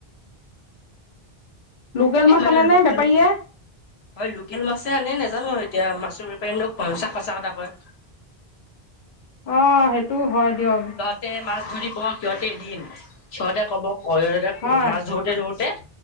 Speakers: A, on the left; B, on the left.
A: লোকেল
B: এই
A: মাছ
B: মানে
A: আনে
B: লোক
A: নে বেপাৰীয়ে।
B: লোক হয় লোকেল মাছে আনে নাজানোঁ আৰু এতিয়া মাছৰ বেপাৰীনো কোনচা সঁচা কটা কয়।
A: অ', সেইটো হয় দিয়ক।
B: সতে মাছ ধৰিব সিহঁতে এদিন সিহঁতে কব <unintelligible> সিহঁতে
A: হয়
B: মাছ ধৰি তে ৰওঁতে